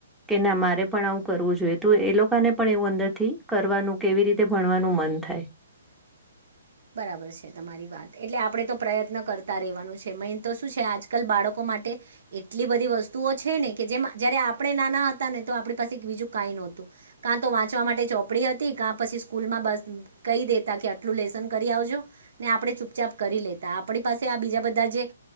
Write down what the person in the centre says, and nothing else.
કે ના મારે પણ આવું કરવું જોઈએ તો એ લોકોને પણ એવું અંદર થી કરવાનું કેવી રીતે ભણવાનું મ થાય